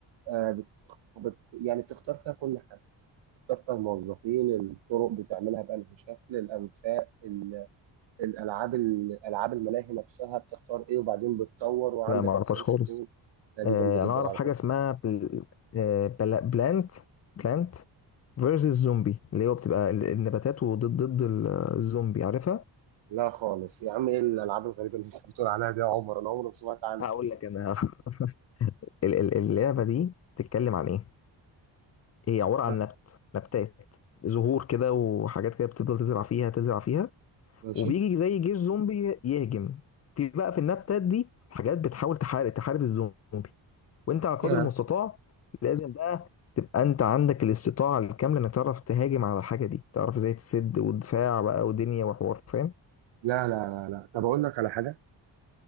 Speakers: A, on the right (about 75°); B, on the left (about 35°).
A: آه، بت... بت... يعني بتختار فيها كل حاجة بتختار فيها الموظفين الطرق بتعملها بأنهي شكل الأنفاق ال... الألعاب ال- ألعاب الملاهي نفسها بتختار إيه وبعدين بتطور وعندك
B: لا ما اعرفهاش
A: ريسيرش
B: خالص
A: تيم لا دي
B: آه
A: جامدة جدا
B: انا اعرف
A: على
B: حاجه
A: فكرة
B: اسمها بل... آه بلا... بلانت بلانت فيرسز زومبي اللي هو بتبقى ال- النباتات وضد ضد ال- الزومبي عارفها
A: لا خالص يا عم إيه الألعاب الغريبة اللي أنت بتقول عليها دي يا عمر أنا عمري ما سمعت عنها
B: هقول لك انا <laughs> ال- ال- اللعبه دي بتتكلم عن ايه هي عبارة عن
A: آه،
B: نبت نبتات زهور كده وحاجات كده بتفضل تزرع فيها تزرع فيها
A: ماشي
B: وبيجي زي جيش زومبي يهجم في بقى في النبتات دي حاجات بتحاول تحارب تحارب الزومبي وانت على قدر
A: يا
B: المستطاع لازم بقى تبقى انت عندك الاستطاعة الكاملة انك تعرف تهاجم على الحاجة دي تعرف ازاي تسد ودفاع بقى ودنيا وحوار فاهم
A: لا لا لا لا طب أقول لك على حاجة